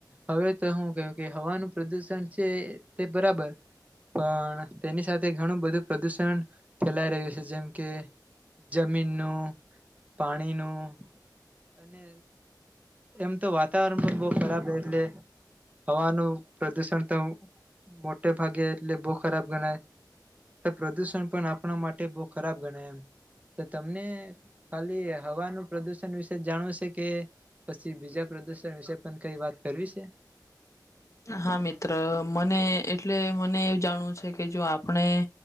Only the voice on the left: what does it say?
હા મિત્ર મને એટલે મને એવ જાણવું છે કે જો આપણે